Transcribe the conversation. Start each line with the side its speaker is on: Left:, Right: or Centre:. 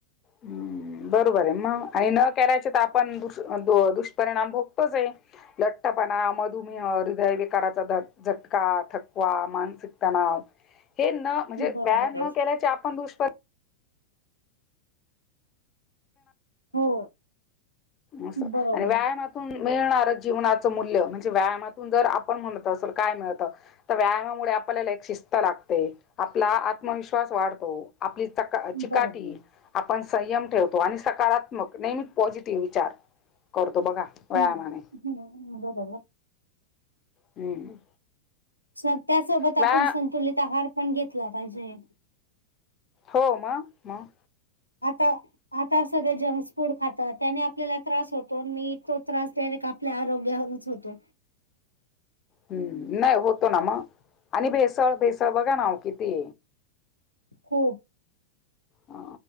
Left: हम् बरोबर आहे, मग आणि न करायचे तर आपण दु-दुष्परिणाम भोगतोचे. लठ्ठपणा, मधुमेह, हृदयविकाराचा <unintelligible> झटका, थकवा, मानसिक तणाव हे न म्हणजे
Right: बरोबर
Left: व्यायाम न केल्याचे आपण दुष्परि
Right: हो
Left: असं
Right: बरोबर
Left: आणि व्यायाम हम्म, मिळणार जीवनाचं मूल्य म्हणजे व्यायामातून जर आपण म्हणत असलं काय मिळतं तर व्यायामामुळे आपल्याला एक शिस्त लागते, आपला आत्मविश्वास वाढतो. आपली चक-चिकाटी
Right: बरोबर.
Left: आपण संयम ठेवतो आणि सकारात त्मक नेहमी पॉझिटिव्ह विचार करतो बघा. व्यायामाने.
Right: हम्म, हम्म, बरोबर.
Left: हम्म.
Right: सध्या, सोबत आपण
Left: वा
Right: संतुलित आहार पण घेतला पाहिजे.
Left: हो मग, मग?
Right: आता आता सगळे जंक्श फूड खातात त्यानी आपल्याला त्रास होतो मी तो त्रास डायरेक्ट आपल्या आरोग्यावरच होतो.
Left: हम् नाही होतो ना मग, आणि भेसळ-भेसळ बघा ना वो किती?
Right: हो.
Left: ह